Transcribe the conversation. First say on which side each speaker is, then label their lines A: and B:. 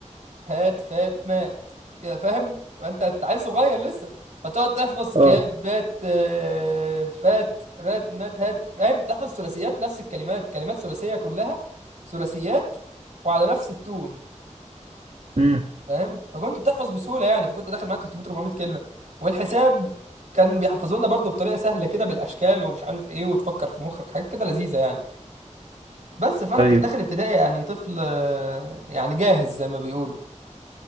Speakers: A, on the right; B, on the right.
A: هات فات مات كده فاهم انت انت عيل صغير لسه فتقعد تحفظ
B: اه
A: كات بات آه، فات رات مات هات فاهم تحفظ ثلاثيات نفس الكلمات كلمات ثلاثيه كلها ثلاثيات وعلى نفس التون
B: امم
A: فاهم فكنت بتحفظ بسهوله يعني فكنت داخل معاه 300 400 كلمه والحساب كان بيحفظوا لنا برضه بطريقه سهله كده بالاشكال ومش عارف ايه وتفكر في مخك حاجات كده لذيذه يعني بس فانا
B: ايوه
A: كنت داخل ابتدائي يعني طفل آه، يعني جاهز زي ما بيقولوا